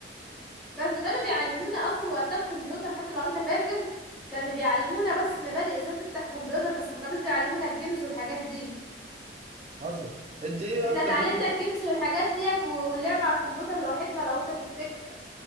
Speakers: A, in the centre; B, on the right.
A: بس كانوا بيعلمونا اصلا وقتها الكمبيوتر حتى لو انت فاكر كانوا بيعلمونا بس مبادئ ازاي تفتح كمبيوتر بس ما كانوش بيعلمونا الجيمز والحاجات دي
B: حصل انت ايه
A: احنا
B: اكتر
A: اتعلمنا
B: رحله
A: الجيمز والحاجات ديت و- واللعب على الكمبيوتر لوحدنا لو انت تفتكر